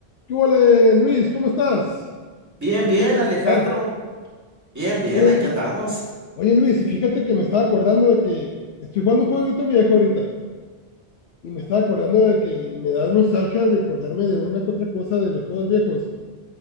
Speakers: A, on the left (about 75°); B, on the right (about 15°).
A: ¿Qué huele, Luis? ¿Cómo estás?
B: Bien,
A: Tiempo
B: bien,
A: sin
B: Alejandro.
A: platicar.
B: Bien, bien,
A: Oye,
B: aquí
A: el-
B: andamos.
A: oye, Luis, fíjate que me estaba acordando de que estoy jugando un jueguito viejo ahorita y me estaba acordando de que me da nostalgia de acordarme de una que otra cosa de los juegos viejos